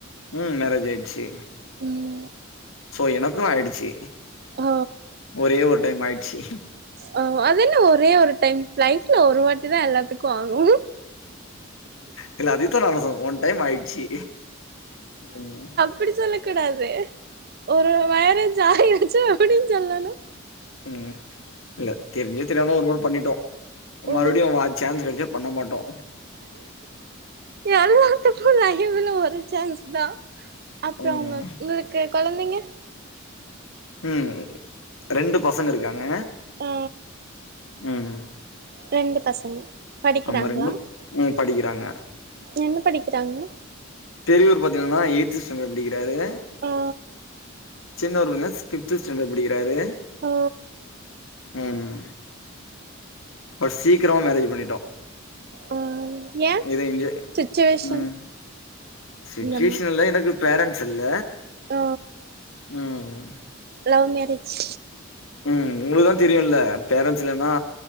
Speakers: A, on the left; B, on the right.
A: ம் மேரேஜ் ஆயிடுச்சு
B: ம்
A: சோ எனக்கும் ஆயிடுச்சு
B: ஓ
A: ஒரே ஒரு டைம் ஆயிடுச்சு
B: ஆ அது என்ன ஒரே ஒரு டைம் லைஃப்ல ஒரு வாட்டி தான் எல்லாத்துக்கும் ஆகும்
A: இல்ல அதத்தான நானும் சொன்னேன் ஒன் டைம் ஆயிடுச்சு உம்
B: அப்படி சொல்ல கூடாது ஒரு வயற ஜாயி வச்சு அப்படின்னு சொல்லனும்
A: ம் இல்ல தெரிஞ்சோ தெரியாமாலோ ஒரு முறை பண்ணிட்டோ
B: ம்
A: மறுபடியு சான்ஸ் கிடைச்சா பண்ண மாட்டோம்
B: எல்லாத்துக்கு லைஃப்ல ஒரு சான்ஸ் தான் அப்புறம்
A: ம்
B: உங்க உங்களுக்கு குழந்தைங்க
A: ம் ரெண்டு பசங்க இருக்காங்க
B: ஆ
A: ம்
B: ரெண்டு பசங்க படிக்கிறாங்களா
A: அம்மா ரெண்டும் ம் படிக்கிறாங்க
B: என்ன படிக்கிறாங்க?
A: தெரியூர் பாத்தீங்கன்னா எய்து ஸ்டாண்டர்ட் படிக்கிறாரு
B: ஆ
A: சின்னவரு பா ஃபிஃப்த் ஸ்டாண்டர்ட் படிக்கிறாரு
B: ஆ
A: உம் உம் பட் சீக்கிரமா மேரேஜ் பண்ணிட்டோ
B: ஆ ஏ
A: எது என்ஜ
B: சுச்சுவேஷன்
A: உம் சுச்சுவேஷன்
B: இந்த
A: எல்லாம் எனக்கு பேரண்ட்ஸ் இல்ல
B: ஹ
A: ம்
B: லவ் மேரேஜ்
A: உம் உங்களுக்குதான் தெரியும்ல பேரன்ட்ஸ் இல்லனா